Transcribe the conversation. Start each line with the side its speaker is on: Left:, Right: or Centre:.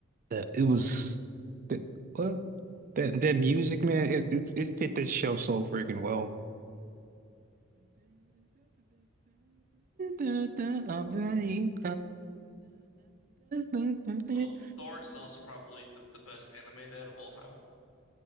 Right: The, it was the what that that music, man, it it, it fit this show so freaking well. I'm ready.
Left: Well, Thor's is also probably the, the best anime dad of all time.